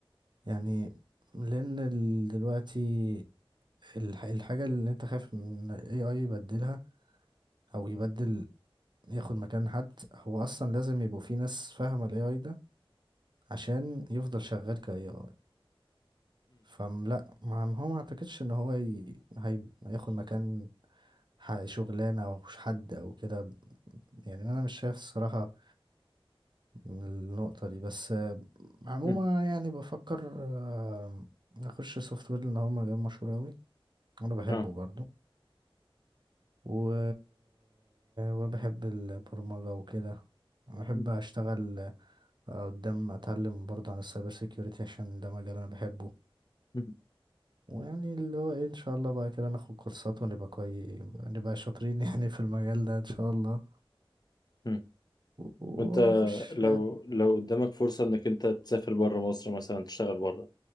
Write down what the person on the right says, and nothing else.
يعني لان ال- دلوقتي الح- الحاجه اللي انت خايف من الاي اي يبدلها او يبدل ياخد مكان حد هو اصلا لازم يبقوا في ناس فاهمه الاي اي ده عشان يفضل شغال كاي اي فلا ما ما هو ما اعتقدش ان هو ي... هي... هياخد مكان ح- شغلانه او حد او كده يعني انا مش شايف الصراحه النقطه دي بس آه، عموما
يعني بفكر آه، اخش سوفت وير لان هو مجال مشهور اوي وانا بحبه
برضو و... وبحب البرمجه وكده بحب
اشتغل آه، قدام اتعلم برضه عن السايبر سيكيورتي عشان ده مجال انا بحبه
ويعني اللي هو ايه ان شاء الله بقى كده ناخد كورسات ونبقى كويس نبقى شاطرين <laughs> يعني في المجال ده ان شاء الله
و- ونخش